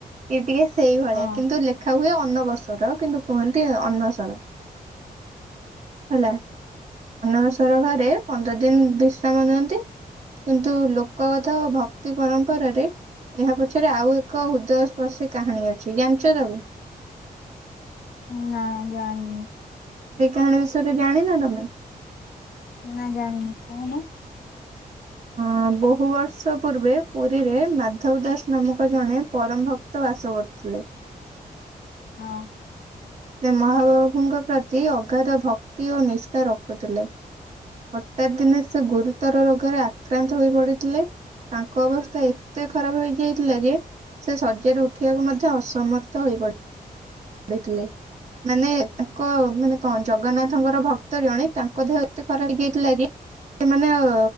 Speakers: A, on the right; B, on the left.
A: ଇଏ ଟିକେ ସେଇଭଳିଆ
B: ହଁ।
A: କିନ୍ତୁ ଲେଖା ହୁଏ ଅ ଅନବସର କିନ୍ତୁ କୁହନ୍ତି ଅନସର ହେଲା। ଅନବସର ଘରେ ପନ୍ଦର ଦିନ ବିଶ୍ରାମ ନିଅନ୍ତି। କିନ୍ତୁ ଲୋକ କଥା ଓ ଭକ୍ତି ପରମ୍ପରାରେ ଏହା ପଛରେ ଆଉ ଏକ ହୃଦୟ ସ୍ପର୍ଶୀ କାହାଣୀ ଅଛି ଜାଣିଛ ତାକୁ?
B: ନା ଜାଣିନି।
A: ସେ କାହାଣୀ ବିଷୟରେ ଜାଣିନ ତମେ?
B: ନା ଜାଣିନି କହୁନ।
A: ହଁ ବହୁ ବର୍ଷ ପୂର୍ବେ ପୁରୀରେ ମାଧବ ଦାସ ନାମକ ଜଣେ ପରମ ଭକ୍ତ ବାସ କରୁଥିଲେ। ଥିଲେ
B: ହଁ।
A: ସେ ମହାପ୍ରଭୁଙ୍କ ପ୍ରତି ଅଗାଧ ଭକ୍ତି ଓ ନିଷ୍ଠା ରଖୁଥିଲେ। ହଠାତ୍ ଦିନେ ସେ ଗୁରୁତର ରୋଗରେ ଆକ୍ରାନ୍ତ ହୋଇ ପଡିଥିଲେ। ତାଙ୍କ ଅବସ୍ଥା ଏତେ ଖରାପ ହେଇଯାଇଥିଲା ଯେ ସେ ଶଯ୍ୟାରୁ ଉ ଠିବାକୁ ମଧ୍ୟ ଅସମର୍ଥ ହୋଇ ପଡି ଇଥିଲେ। ମାନେ ତାଙ୍କ ମାନେ କଣ ଜଗନ୍ନାଥଙ୍କର ଭକ୍ତ ଜଣେ ତାଙ୍କ ଦେହ ଏତେ ଖରା ହେଇଯାଇଥିଲା କି ସେମାନେ ଆଉ